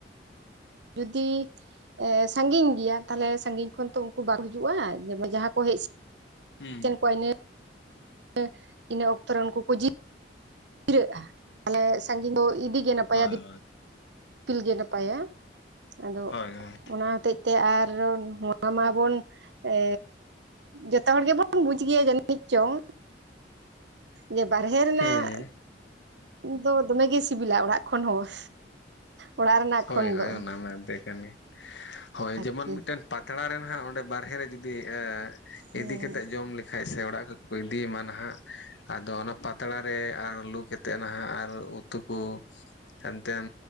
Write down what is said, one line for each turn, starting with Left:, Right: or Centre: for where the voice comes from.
Right: ᱡᱩᱫᱤ ᱮ ᱥᱟᱸᱜᱤᱧ ᱜᱮᱭᱟ᱾ ᱛᱟᱦᱚᱞᱮ ᱥᱟᱸᱜᱤᱧ ᱠᱷᱚᱱ ᱛᱚ ᱩᱱᱠᱩ ᱵᱟᱠᱚ ᱦᱤᱡᱩᱜ-ᱟ ᱡᱮᱢᱚᱱ ᱡᱟᱦᱟᱸ ᱠᱚ ᱦᱮᱡ
Left: ᱦᱩᱸ
Right: ᱥᱮ ᱠᱚᱜ-ᱟ ᱤᱱᱟᱹ ᱟᱹ ᱤᱱᱟᱹ ᱚᱠᱛᱚ ᱨᱮᱱ ᱩᱱᱠᱩ ᱡᱤ <inaudible> ᱟᱞᱮ‌ ᱥᱟᱸᱜᱤᱧ ᱫᱚ ᱤᱫᱤᱜ ᱜᱮ ᱱᱟᱯᱟᱭᱟ
Left: ᱦᱳᱭ
Right: ᱫᱤᱯ
Left: ᱦᱳᱭ
Right: ᱯᱤᱞ ᱜᱮ ᱱᱟᱯᱟᱭᱟ ᱟᱫᱚ
Left: ᱦᱳᱭ ᱦᱳᱭ
Right: ᱚᱱᱟ ᱦᱚᱛᱮᱡ ᱛᱮ ᱟᱨ ᱱᱚᱣᱟ ᱢᱟ ᱵᱚᱱ ᱮ ᱡᱚᱛᱚ ᱦᱚᱲ ᱜᱮᱵᱚᱱ ᱵᱩᱡ ᱜᱮᱭᱟ ᱡᱟᱹᱱᱤᱡ ᱪᱚᱝ ᱡᱮ ᱵᱟᱨᱦᱮ ᱨᱮᱱᱟᱜ
Left: ᱦᱮᱸ
Right: ᱫᱚ ᱫᱚᱢᱮ ᱜᱮ ᱥᱤᱵᱤᱞᱟ ᱚᱲᱟᱜ ᱠᱷᱚᱱ ᱦᱚᱸ᱾ ᱚᱲᱟᱜ ᱨᱮᱱᱟᱜ
Left: ᱦᱳᱭ
Right: ᱠᱷᱚᱱ
Left: ᱦᱳᱭ
Right: ᱫᱚ
Left: ᱚᱱᱟ ᱢᱟ ᱮᱱᱛᱮᱜ ᱠᱟᱱ ᱜᱮ᱾ ᱦᱳᱭ
Right: ᱟᱨᱠᱤ
Left: ᱡᱮᱢᱚᱱ ᱢᱤᱫᱴᱮᱱ ᱯᱟᱛᱲᱟ ᱨᱮ ᱦᱟᱸᱜ ᱚᱸᱰᱮ ᱵᱟᱨᱦᱮ ᱨᱮ ᱡᱩᱫᱤ ᱮᱜ
Right: ᱦᱮᱸ
Left: ᱤᱫᱤ ᱠᱟᱛᱮᱜ ᱡᱚᱢ ᱞᱮᱠᱷᱟᱡ ᱥᱮ ᱚᱲᱟᱜ ᱠᱷᱚᱡ ᱠᱚ ᱤᱫᱤᱭ ᱢᱟ ᱱᱟᱦᱟᱜ ᱟᱫᱚ ᱚᱱᱟ ᱯᱟᱛ ᱛᱟᱲᱟ ᱨᱮ ᱟᱨ ᱞᱩ ᱠᱟᱛᱮᱜ ᱱᱟᱦᱟᱜ ᱟᱨ ᱩᱛᱩ ᱠᱚ ᱮᱱᱛᱮᱱ